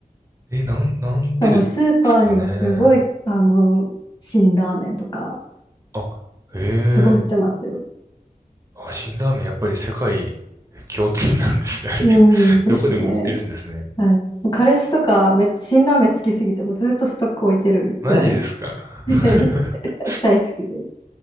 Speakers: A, on the right; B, on the left.
A: え、なん、なんでですかね。
B: かもスーパーにもすごい、あの、辛ラーメンとか、
A: あ、ええ、
B: すごい売ってますよ。
A: あ、辛ラーメンやっぱり世界共通なんですね、あれ。
B: うん、
A: <laughs>
B: ですね。
A: どこでも売ってるんですね。
B: はい。彼氏とか、めっちゃ辛ラーメン好きすぎて、もうずっとストック置いてるぐらい
A: マジですか。
B: <laughs>
A: <laughs>
B: 大好きで。